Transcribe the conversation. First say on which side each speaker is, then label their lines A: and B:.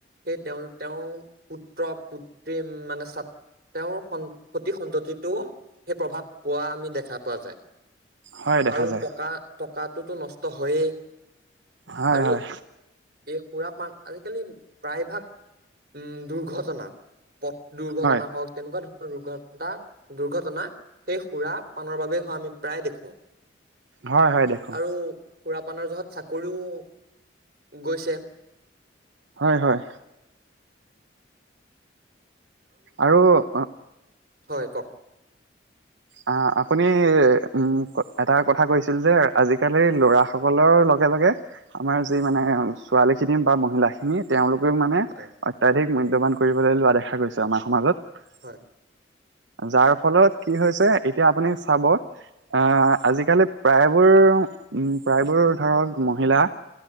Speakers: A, on the right; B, on the right.
A: সেই তেওঁ তেওঁৰ পুত্ৰ-পুত্ৰী মানে চা তেওঁৰ স সতি সন্ততিটো সেই প্ৰভাৱ পোৱা আমি দেখা পোৱা যায়।
B: হয় দেখা
A: আৰু
B: যায়
A: টকা টকাটোতো নষ্ট হয়য়ে।
B: হয়
A: আৰু
B: হয়
A: এই সুৰা পান আজিকালি প্ৰায়ভাগ উম দুৰ্ঘটনাত পথ দুৰ্ঘটনা
B: হয়
A: হওঁক তেনেকুৱা ধৰ দুৰ্ঘটনা দুৰ্ঘটনা সেই সুৰা পানৰ বাবে হোৱা আমি প্ৰায় দেখো।
B: হয় হয় দেখো
A: আৰু সুৰাপানৰ জহত চাকৰিও গৈছে।
B: হয় হয় আৰু অ
A: হয় কওঁক
B: অ আপুনি উম এটা কথা কৈছিল যে আজিকালি ল'ৰা সকলৰ লগে লগে আমাৰ যি মানে ছোৱালী খিনি বা মহিলা খিনিত তেওঁলোকেও মানে
A: হয়,
B: অত্যাধিক মূল্যবান কৰিবলৈ লোৱা দেখা গৈছে আমাৰ সমাজত
A: হয়
B: যাৰ ফলত কি হৈছে এতিয়া আপুনি চাব অ আজিকালি প্ৰায়বোৰ প্ৰায়বোৰ ধৰক মহিলা